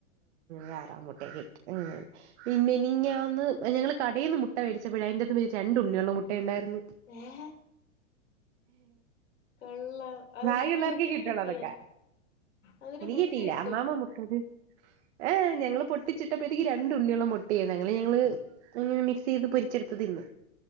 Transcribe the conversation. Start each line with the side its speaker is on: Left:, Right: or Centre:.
Right: താറാവ് മുട്ട <unintelligible> പിന്നെ മിനിഞ്ഞാന്ന് ഞങ്ങള് കടൽ നിന്ന് മുട്ട മേടിച്ചപ്പോഴ അതിന്റെന്നും രണ്ടു ഉണ്ണിയള്ള മുട്ട ഉണ്ടായിരുന്നു
Left: ഏഹ് കൊള്ളാം അതെന്തര്
Right: ഭാഗ്യം ഉള്ളോർക്ക്
Left: നിനക്കന്നെ
Right: കിട്ടുള്ളൂ
Left: കിട്ടിയാ
Right: അതൊക്കെ
Left: അതൊരു
Right: എനിക്ക്
Left: ബുൾസൈ
Right: കിട്ടില്ല
Left: അടിച്ചോ
Right: അമ്മമ്മ മുട്ടത് ഏ ഞങ്ങള് പൊട്ടിച്ചിട്ടപ്പോഴത്തേക്ക് രണ്ടുണ്ണിയോളം മുട്ടായിരുന്നു അങ്ങനെ ഞങ്ങള് അങ്ങനെ മിക്സ് ചെയ്ത് പൊരിച്ചെടുത്ത് തിന്ന്